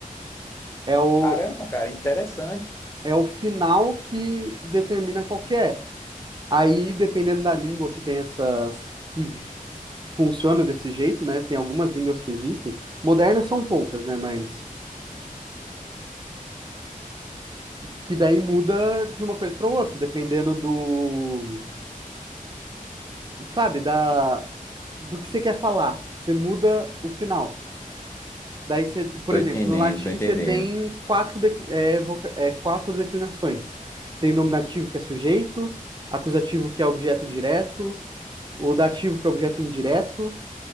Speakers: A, on the right; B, on the left.
A: É o,
B: Caramba, cara, interessante.
A: é o final que determina qual que é. Aí, dependendo da língua que tem essas, que funciona desse jeito, né? Tem algumas línguas que existem, modernas são poucas, né? Mas que daí muda de uma coisa para outra, dependendo do, sabe, da do que você quer falar. Você muda o final. Daí você, por
B: Tô
A: exemplo,
B: entendendo,
A: no latim
B: tô entendendo.
A: você tem quatro, dec- é, voca- é, quatro declinações. Você tem nominativo que é sujeito, acusativo que é objeto direto, o dativo que é objeto indireto,